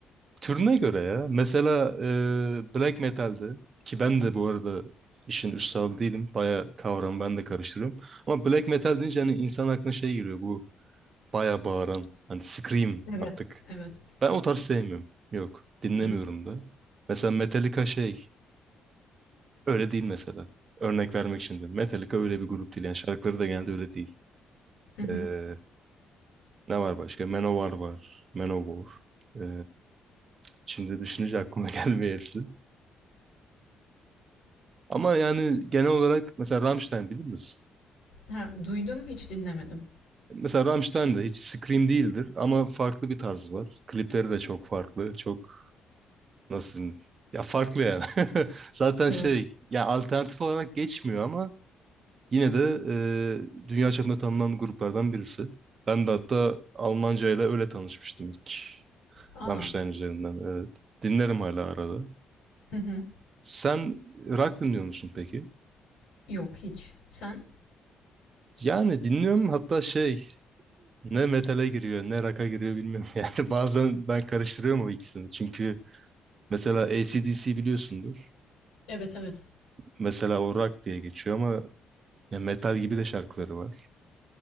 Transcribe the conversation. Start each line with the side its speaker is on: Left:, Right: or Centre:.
Right: Türüne göre ya. Mesela e, black metal'de ki ben de bu arada işin üstadı değilim. Baya kavramı ben de karıştırıyorum. Ama black metal deyince hani insan aklına şey giriyor bu baya bağıran hani scream
Left: Evet.
Right: artık.
Left: Evet.
Right: Ben o tarz sevmiyorum. Yok dinlemiyorum
Left: Hı.
Right: da. Mesela Metallica şey öyle değil mesela. Örnek vermek için diyorum. Metallica öyle bir grup değil. Yani şarkıları da genelde öyle değil.
Left: Hı hı.
Right: E, ne var başka? Manowar var. Manowar. E, şimdi düşününce aklıma <laughs> gelmiyor hepsi. Ama yani genel olarak mesela Rammstein bilir misin?
Left: Ha, duydum, hiç dinlemedim.
Right: Mesela Rammstein de hiç Scream değildir ama farklı bir tarzı var. Klipleri de çok farklı. Çok nasıl diyeyim? Ya farklı yani. <laughs> Zaten
Left: Evet.
Right: şey ya alternatif olarak geçmiyor ama yine de e, dünya çapında tanınan gruplardan birisi. Ben de hatta Almanca ile öyle tanışmıştım ilk.
Left: Aa.
Right: Rammstein üzerinden evet. Dinlerim hala arada.
Left: Hı hı.
Right: Sen rock dinliyor musun peki?
Left: Yok, hiç. Sen?
Right: Yani dinliyorum hatta şey Ne metale giriyor ne rock'a giriyor bilmiyorum. <laughs> Yani bazen ben karıştırıyorum o ikisini. Çünkü mesela AC/DC biliyorsundur.
Left: Evet, evet.
Right: Mesela o rock diye geçiyor ama ya metal gibi de şarkıları var.